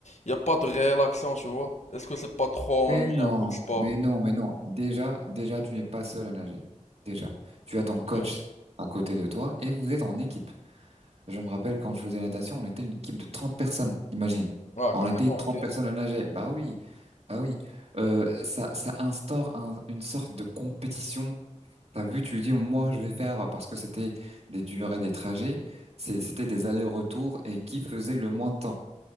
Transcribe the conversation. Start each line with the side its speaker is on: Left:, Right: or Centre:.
Left: il a pas de réelle action, tu vois. Est-ce que c'est pas trop
Right: Mais
Left: ennuyant
Right: non,
Left: comme sport?
Right: mais non, mais non. Déjà, déjà, tu n'es pas seul à nager. Déjà, tu as ton
Left: Ok.
Right: coach à côté de toi et vous êtes en équipe. Je me rappelle quand je faisais la natation, on était une équipe de 30 personnes, imagine.
Left: Ah,
Right: On
Left: carrément,
Right: était 30
Left: ok.
Right: personnes à nager. Bah oui, bah oui. Euh, ça, ça instaure un- une sorte de compétition. T'as vu, tu dis, moi, je vais faire parce que c'était des durées, des trajets. C'est- C'était des allers-retours et qui faisait le moins de temps.